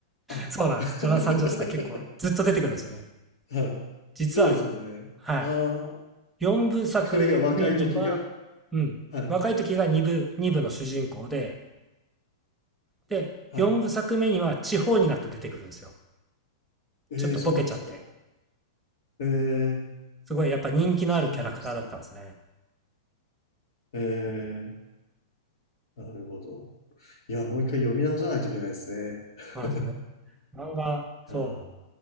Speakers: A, on the left (about 70°); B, in the centre.
A: あ、
B: そうなんです。
A: <laughs>
B: ジョナサン・ジョースター結構ずっと出てくるんですよね。
A: は
B: 実は、
A: い。そうですよね。
B: はい。
A: ああ、
B: 4部作目には、
A: 彼が若い時が、
B: うん。
A: はい、
B: 若い時が2部、2部の主人公で、で、
A: はい。
B: 4部作目には地方になって出てくるんですよ。
A: ええそうなんですか。
B: ちょっとボケちゃって。
A: ええ
B: すごいやっぱ人気のあるキャラクターだったんですね。
A: そうなんですね。ええ、なるほど。いや、もう一回読み直さないといけないですね。<laughs>
B: まあ、そうね。漫画、そう。
A: いやー、